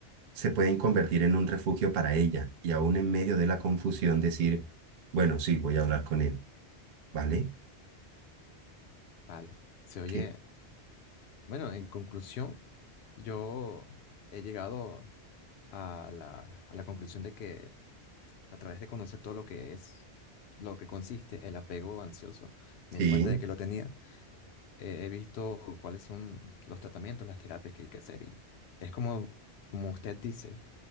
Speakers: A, on the right; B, on the left.
A: se pueden convertir en un refugio para ella. Y aún en medio de la confusión decir, bueno, sí, voy a hablar con él, ¿vale?
B: Vale. Se oye.
A: ¿Qué?
B: Bueno, en conclusión, yo he llegado a la, a la conclusión de que a través de conocer todo lo que es, lo que consiste el apego ansioso, me
A: Sí.
B: di cuenta de que lo tenía. Eh, he visto cuáles son los tratamientos, las terapias que hay que hacer y es como, como usted dice.